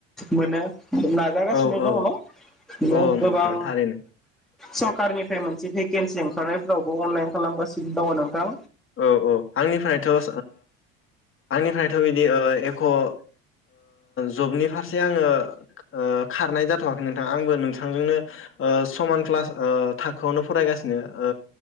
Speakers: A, in the centre; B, on the left (about 40°).
A: मोनो नाजागासिनो
B: औ
A: दङ
B: औ औ
A: गोबां
B: नोंथां थारैनो
A: सरकखारनिफ्राय मोनसे भेकेन्सि ओंखारनाय फोरावबो अनलाइन खालामगासिनो दङ नोंथां।
B: औ औ आंनिफ्रायथ ओ आंनिफ्रायथ बिदि ओ एख ओ जबनि फारसे आङो ओ खारनाय जाथवाखै नोंथां आंबो नोंथांजोंनो ओ समान क्लास ओ थाखोआवनो फरायगासिनो ओ